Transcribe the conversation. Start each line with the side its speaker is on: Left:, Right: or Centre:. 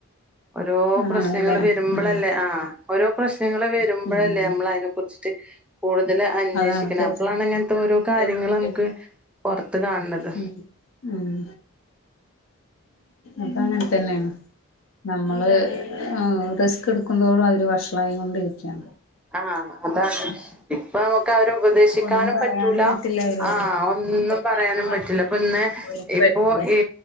Centre: ഓരോ പ്രശ്നങ്ങൾ
Left: ആണല്ലേ
Centre: വരുമ്പോഴല്ലേ
Left: ഉം
Centre: ആ ഓരോ പ്രശ്നങ്ങൾ വരുമ്പോഴല്ലേ
Left: ഉം
Centre: നമ്മൾ അതിനെ കു ച്ചിട്ട് കൂടുതൽ അന്വേഷിക്ക്ണെ
Left: അതാണ് തീർ-
Centre: അപ്പോളാണ്ങ്ങനെ ഓരോ കാര്യങ്ങൾ
Left: തീർച്ചയായിട്ടും.
Centre: നമുക്ക് പുറത്ത് കാണ് ണത്
Left: ഉം ഉം അതങ്ങനെ തന്നെണ് നമ്മള് ആഹ് റിസ്ക് എടുക്കുതോറും അതില് വഷളായി കൊണ്ടിരിക്കയാ
Centre: ആഹ് അതാണ് ഇപ്പൊ നമുക്ക് അവരെ ഉപദേശിക്കാനും
Left: ഒന്നും പറയാനും
Centre: പറ്റൂല
Left: പറ്റില്ല അവരോട്
Centre: ആഹ് ഒന്നും
Left: തെറ്റാണെന്ന്
Centre: പറയാനും
Left: പറഞ്ഞ
Centre: പറ്റൂല്ല ഇപ്പ ന്ന്
Left: ഓര്ക്ക്
Centre: ഇപ്പോ
Left: പറ്റില്ലേ
Centre: ഇ